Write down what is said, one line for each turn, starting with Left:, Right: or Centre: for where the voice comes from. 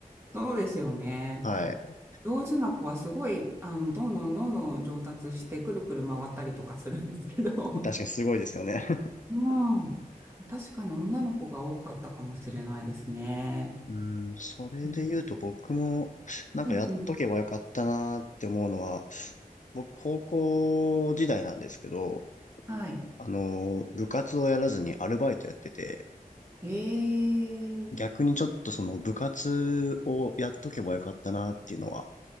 Right: そうですよね。
Left: はい。
Right: 上手な子はすごい、あの、どんどんどんどん上達して、くるくる回ったりとかするんですけど。
Left: 確かにすごいですよね。
Right: うん。確かに女の子が多かったかもしれないですね。
Left: <laughs> うん、それで言うと僕もなんかやっとけばよかったなって思うのは、
Right: うんうん。
Left: 僕高校時代なんですけど、
Right: はい。
Left: あの、部活をやらずにアルバイトやってて、
Right: ええうん
Left: 逆にちょっとその部活をやっとけばよかったなっていうのは